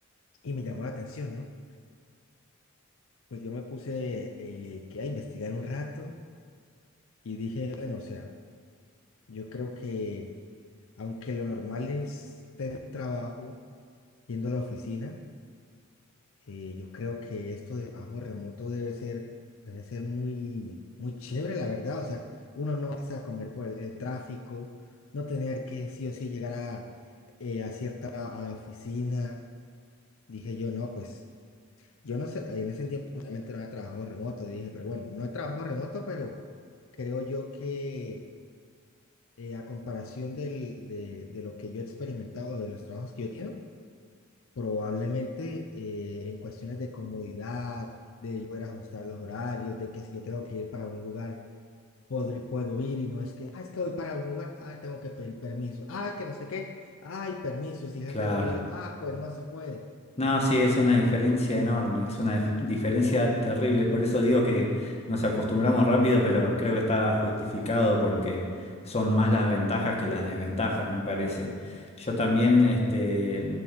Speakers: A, on the left (about 75°); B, on the left (about 30°).
A: y me llamó la atención, ¿no? Pues yo me puse eh, que a investigar un rato y dije, bueno, o sea, yo creo que aunque lo normal es tener un trabajo yendo a la oficina, Eh, yo creo que esto de trabajo remoto debe ser, debe ser muy, muy chévere, la verdad. O sea, uno no se va a comer por el, el tráfico, no tener que sí o sí llegar a, eh, a cierta hora a la oficina. Dije yo, no, pues yo no sé, en ese tiempo realmente no había trabajo remoto. Dije, pero bueno, no he trabajo remoto, pero creo yo que eh, a comparación del, de, de lo que yo he experimentado, de los trabajos que yo he tenido, probablemente eh, en cuestiones de comodidad poder ajustar los horarios, de que si yo tengo que ir para un lugar, podr- puedo ir y no es que, ah, es que voy para un lugar, ah, tengo que pedir permiso, ah, que no sé qué, ay, permiso, y si el
B: Claro.
A: jefe no me lo dio, ah, pues no se puede.
B: No, sí, es una diferencia enorme, es una dif- diferencia terrible. Por eso digo que nos acostumbramos rápido, pero creo que está justificado porque son más las ventajas que las desventajas, me parece. Yo también, este,